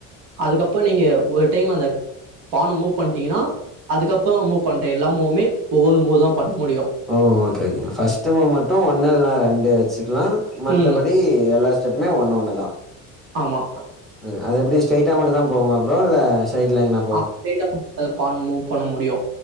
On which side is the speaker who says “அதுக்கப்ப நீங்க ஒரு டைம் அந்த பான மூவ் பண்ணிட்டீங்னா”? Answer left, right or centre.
Right